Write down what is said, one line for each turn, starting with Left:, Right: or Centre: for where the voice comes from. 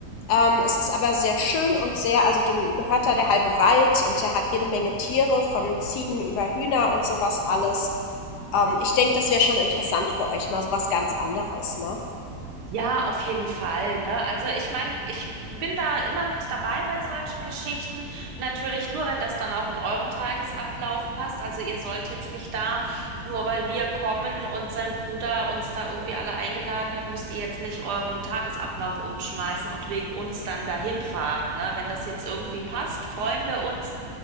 Left: Ähm, es ist aber sehr schön und sehr, also dem gehört da der halbe Wald und der hat jede Menge Tiere, von Ziegen über Hühner und sowas alles. Ähm, ich denke, das wäre schon interessant für euch, mal so was ganz anderes, ne?
Right: Ja, auf jeden Fall, ne? Also ich meine, ich bin da immer mit dabei bei solchen Geschichten. Natürlich nur, wenn das dann auch in euren Tagesablauf passt. Also ihr sollt jetzt nicht da, nur weil wir kommen und sein Bruder uns da irgendwie alle eingeladen hat, müsst ihr jetzt nicht euren Tagesablauf umschmeißen und wegen uns dann dahin fahren, ne? Wenn das jetzt irgendwie passt, freuen wir uns.